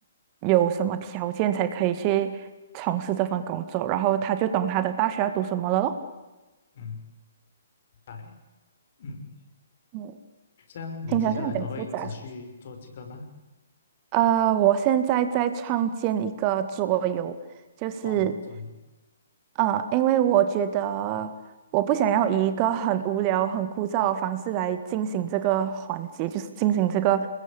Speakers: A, on the right (about 30°); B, on the left (about 50°).
A: 有什么条件才可以去从事这份工作，然后他就懂他的大学要读什么了咯。
B: 嗯，白。嗯，
A: 嗯，
B: 这样你接下来都会持续做这个吗？
A: 听起来是很复杂，是不是？呃，我现在在创建一个桌游，就是。
B: 哦，桌游。
A: 呃，因为我觉得我不想要以一个很无聊、很枯燥的方式来进行这个环节，就是进行这个